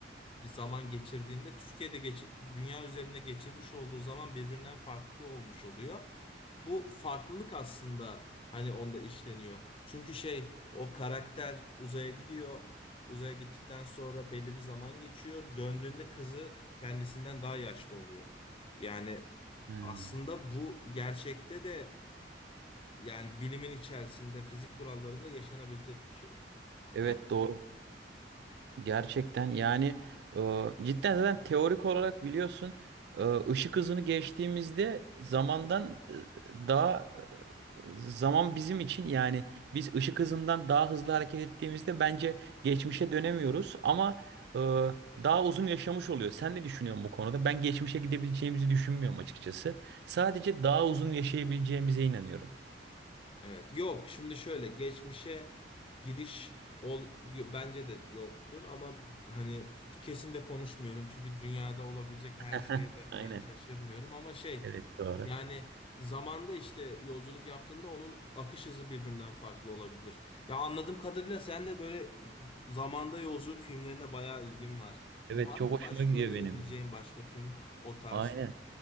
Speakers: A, on the left; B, on the right.
A: bir zaman geçirdiğinde Türkiye'de geçi- dünya üzerinde geçirmiş olduğu zaman birbirinden farklı olmuş oluyor. Bu farklılık aslında hani onda işleniyor. Çünkü şey o karakter uzaya gidiyor uzaya gittikten sonra belli bir zaman geçiyor. Döndüğünde kızı kendisinden daha yaşlı oluyor. Yani
B: Ha.
A: aslında bu gerçekte de yani bilimin içerisinde fizik kurallarında yaşanabilecek bir şey.
B: Evet
A: Yani
B: doğru. Gerçekten yani e, cidden zaten teorik olarak biliyorsun e, ışık hızını geçtiğimizde zamandan e, daha e, zaman bizim için yani biz ışık hızından daha hızlı hareket ettiğimizde bence geçmişe dönemiyoruz ama e, daha uzun yaşamış oluyor. Sen ne düşünüyorsun bu konuda? Ben geçmişe gidebileceğimizi düşünmüyorum açıkçası. Sadece daha uzun yaşayabileceğimize inanıyorum.
A: evet yok şimdi şöyle geçmişe gidiş ol, bence de yoktur ama hani kesin de konuşmuyorum çünkü dünyada olabilecek
B: <laughs>
A: her şeye ben
B: Aynen.
A: ben şaşırmıyorum ama şey
B: Evet doğru.
A: Yani zamanda işte yolculuk yaptığında onun akış hızı birbirinden farklı olabilir. Ya anladığım kadarıyla sen de böyle zamanda yolculuk filmlerine bayağı ilgin var.
B: Evet
A: Var
B: çok
A: mı başka
B: hoşuma gidiyor
A: önerebileceğin
B: benim.
A: başka film o tarz?
B: Aynen.